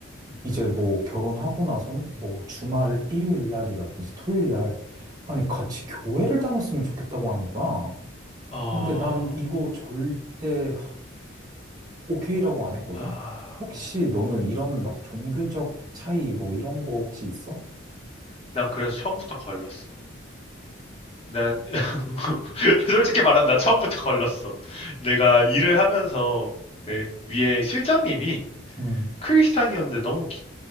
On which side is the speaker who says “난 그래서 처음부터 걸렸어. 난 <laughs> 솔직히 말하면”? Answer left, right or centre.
Left